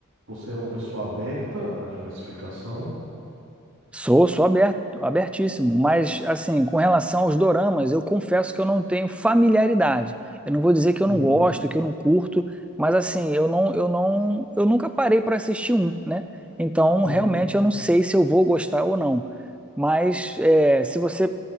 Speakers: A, on the right; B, in the centre.
A: Você é uma pessoa aberta à diversificação?
B: Sou, sou aberto, abertíssimo, mas assim, com relação aos doramas, eu confesso que eu não tenho familiaridade. Eu não vou dizer que
A: Uhum,
B: eu não gosto, que eu não curto, mas assim, eu não, eu não, eu nunca parei para assistir um, né? Então,
A: uhum,
B: realmente eu não sei se eu vou gostar ou não. Mas é, se você